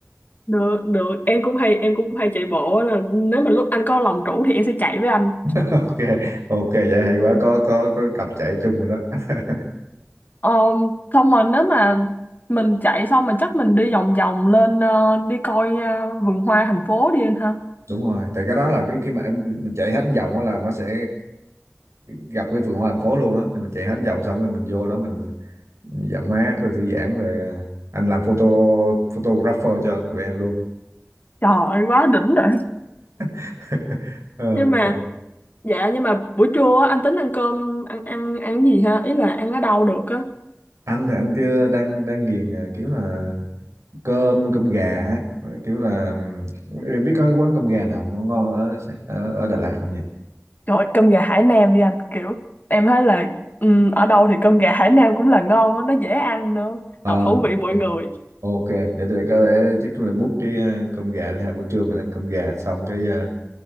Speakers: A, on the left; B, on the right.
A: được được em cũng hay em cũng hay chạy bộ á, là nếu mà lúc anh có lòng rủ thì em sẽ chạy với anh
B: <laughs> ok ok vậy hay quá có có có cặp chạy chung rồi đó <laughs>
A: Ờ, xong rồi nếu mà mình chạy xong mà chắc mình đi vòng vòng lên ờ, đi coi ờ, vườn hoa thành phố đi anh ha
B: đúng rồi tại cái đó là cái khi mà anh mình, mình chạy hết vòng đó là nó sẽ gặp cái vườn hoa thành phố luôn á thì mình chạy hết vòng xong rồi mình vô đó mình dạo mát rồi thư giãn rồi à, anh làm photo photographer cho tụi em luôn
A: trời ơi quá đỉnh rồi
B: <laughs>
A: <laughs>
B: Ờ,
A: nhưng
B: ok.
A: mà dạ nhưng mà buổi trưa á, anh tính ăn cơm ăn ăn ăn gì ha ý là ăn ở đâu được á
B: anh là anh kia đang đang ghiền à, kiểu là cơm cơm gà á. Rồi kiểu là em biết có cái quán cơm gà nào ngon ngon ở Sài- ở, ở Đà Lạt không nhỉ
A: Trời ơi, cơm gà Hải Nam đi anh kiểu em thấy là ừm, ở đâu thì cơm gà Hải Nam cũng là ngon á, nó dễ ăn nữa
B: Ờ,
A: hợp
B: ok
A: khẩu vị mỗi người
B: Ok, để tôi có thể chắc là book cái ờ, cơm gà đi ha buổi trưa mình ăn cơm gà xong cái ờ,